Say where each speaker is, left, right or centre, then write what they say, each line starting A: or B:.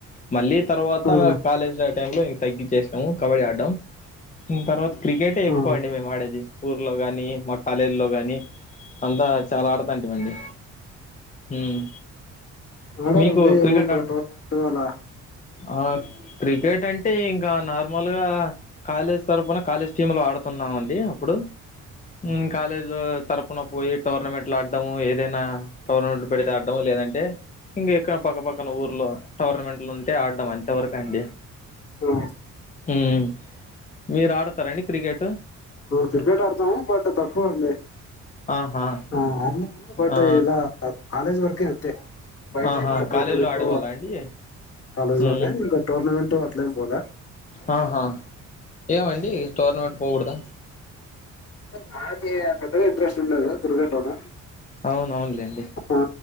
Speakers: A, on the left; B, on the left.
A: మళ్ళీ తర్వాత
B: ఆ
A: కాలేజ్ టైమ్ లో తగ్గిచ్చేశాము కబడ్డీ ఆడడం తర్వాత క్రికెట్ ఏ ఎక్కువ
B: ఆ
A: అండి మేము ఆడేది ఊర్లో గానీ కానీ మా కాలేజీ లో గానీ అందా చాలా ఆడ తాంటి మండి ఉమ్
B: ఆడారా
A: మీకు
B: అండి
A: క్రికెట్
B: ఏమన్నా
A: ఆడ
B: టోర్నమెంట్ అలా
A: ఆ త్ర్రి ఏటంటే ఇంకా నార్మల్గా కాలేజ్ తరపున కాలేజ్ టీమ్లో ఆడుతున్నామండి అప్పుడు ఉమ్ కాలేజ్ తరపున పోయి టోర్నమెంట్లు ఆడ్ ఏదైనా టోర్నమెంట్లు పెడితే ఆడ్డము లేదంటే ఇక పక్క పక్కన ఊర్లు టోర్నమెంట్లు ఉంటే ఆ అ అంతవరకు అండి
B: ఆ
A: ఉమ్ మీరు ఆడతారండి క్రికెట్
B: క్రికెట్ ఆడతాము బట్ తక్కువ అండి
A: ఆహా
B: ఆ అన్న బట్
A: ఆ
B: ఇలా కాలేజీ వరకు ఇక అంతే బైట
A: ఆహా
B: ఎక్కడ
A: కాలేజీలో
B: టోర్నమెంట్
A: ఆడేవాళ్ళ అండి
B: కాలేజ్
A: మ్మ్
B: లోనే ఇంకా టోర్నమెంట్ ఇట్లే పోలా
A: ఆహా ఏమండి టోర్నమెంట్ పోకూడదా
B: నాకి పెద్దగా ఇంట్రెస్ట్ ఉండదు క్రికెట్ లోనా
A: అవును అవున్లే
B: ఆ